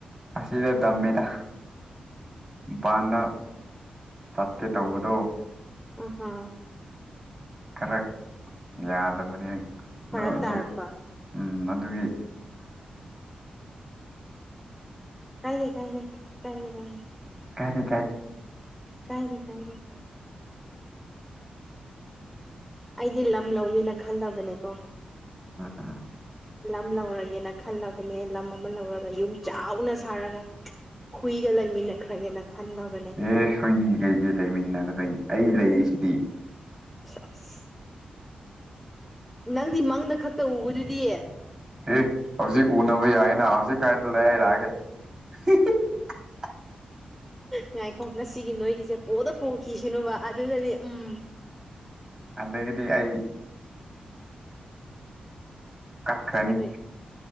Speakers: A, on the right; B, in the centre.
A: ꯑꯁꯤꯗ ꯇꯝꯃꯦꯗ ꯃꯄꯥꯟꯗ ꯆꯠꯀꯦ ꯇꯧꯕꯗꯣ
B: ꯑ ꯍ
A: ꯈꯔ ꯌꯥꯗꯕꯅꯤꯅ ꯑꯗꯨ
B: ꯐꯔꯛ
A: ꯑꯗꯨ
B: ꯇꯥꯔꯛꯄ
A: ꯎ ꯑꯗꯨꯒꯤ
B: ꯀꯥꯏꯗꯦ ꯀꯥꯏꯗꯦ ꯀꯥꯏ ꯀꯥꯏꯗꯦ ꯀꯥꯏꯅꯦ
A: ꯀꯥꯏꯗ
B: ꯀꯥꯏꯗꯦ ꯀꯥꯏꯗꯦ ꯑꯩꯗꯤ ꯂꯝ ꯂꯧꯒꯦꯅ ꯈꯜꯂꯕꯅꯦꯀꯣ
A: ꯑꯥ
B: ꯂꯝ ꯂꯧꯔꯒꯦꯅ ꯈꯜꯂꯕꯅꯦ ꯂꯝ ꯑꯃ ꯂꯧꯔꯒ ꯌꯨꯝ ꯆꯥꯎꯅ ꯁꯥꯔꯒ ꯍꯨꯏꯒ ꯂꯩꯃꯤꯟꯅꯈ꯭ꯔꯒꯦꯅ ꯈꯟꯗꯕꯅꯦ
A: ꯑꯦ ꯁꯣꯏꯒꯤ ꯀꯩꯗꯤꯩ ꯂꯩꯃꯤꯟꯅꯒꯗꯣꯏꯅꯤ ꯑꯩ ꯂꯩꯔꯤꯁꯤꯗꯤ
B: ꯑꯁ ꯅꯪꯗꯤ ꯃꯪꯗ ꯈꯛꯇ ꯎꯕꯗꯨꯗꯤꯌꯦ
A: ꯑꯦ ꯍꯧꯖꯤꯛ ꯎꯅꯕ ꯌꯥꯏꯅ ꯍꯧꯖꯤꯛ ꯀꯥꯏꯗ ꯂꯩ ꯍꯥꯏꯏ ꯂꯛꯑꯒꯦ <unintelligible>
B: ꯉꯥꯏꯈꯣ ꯉꯁꯤꯒꯤ ꯅꯣꯏꯒꯤꯁꯦ ꯄꯣꯗ ꯄꯣꯛꯈꯤꯁꯅꯨꯕ ꯑꯗꯨꯗꯗꯤ ꯎꯝ
A: ꯑꯗꯗꯒꯤꯗꯤ ꯑꯩ ꯀꯥꯈ꯭ꯔꯥꯅꯤ
B: ꯅꯣꯏ